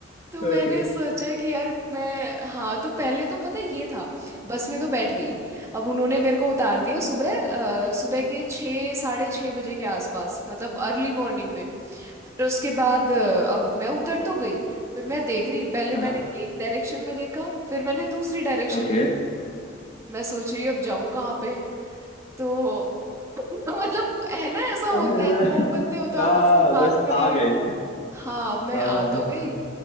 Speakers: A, on the right (about 15°); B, on the left (about 35°).
A: तो मैंने
B: ओके
A: सोचा कि यार मैं हाँ तो पहले तो पता है ये था बस में तो बैठ गई अब उन्होंने मेरे को उतार दिया सुबह अ, सुबह के छः साढ़े छः बजे के आसपास मतलब अर्ली मॉर्निंग में फिर उसके बाद अ, अब मैं उतर तो गई फिर मैं देख रही पहले
B: हाँ
A: मैंने एक डायरेक्शन में देखा फिर मैंने दूसरी डायरेक्शन
B: ओके
A: मैं सोच रही अब जाऊं कहाँ पे तो <laughs> मतलब है ना ऐसा होता
B: अरे
A: है
B: भाई
A: दो बंदे हो तो
B: हाँ
A: आपस में बात
B: बस
A: कर
B: आ
A: ले
B: गए
A: हाँ मैं
B: हाँ
A: आ
B: हाँ
A: तो गई